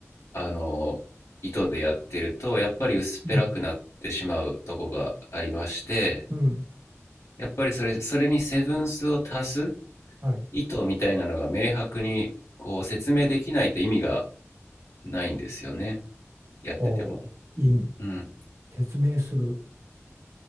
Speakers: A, on the left; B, on the right.
A: あの意図でやってるとやっぱり薄っぺらくなってしまうとこがありまして
B: うんうん
A: やっぱりそれそれにセブンスを足す
B: はい
A: 意図みたいなのが明白にこう説明できないと意味がないんですよねやってても。
B: ほう意味
A: うん
B: 説明する